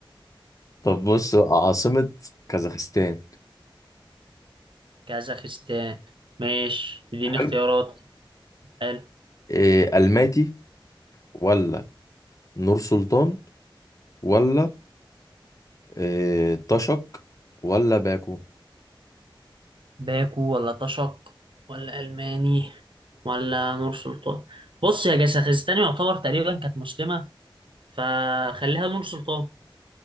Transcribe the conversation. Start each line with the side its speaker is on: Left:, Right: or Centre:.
Left: طب بص بقى، عاصمة كازاخستان
Right: كازاخستان ماشي اديني
Left: حلو
Right: اختيارات حلو
Left: إيه ألماتي ولا نور سلطان ولا إيه طشق ولا باكو
Right: باكو ولا طشق ولا ألماني ولا نور سلطان بص يا كازاخستان يعتبر تقريبا كانت مسلمة فخليها نور سلطان